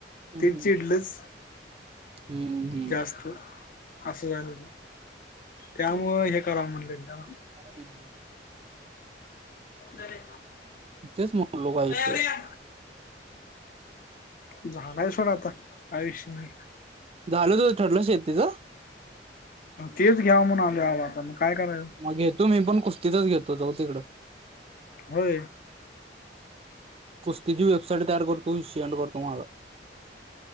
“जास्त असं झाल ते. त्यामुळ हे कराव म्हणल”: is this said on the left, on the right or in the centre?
Left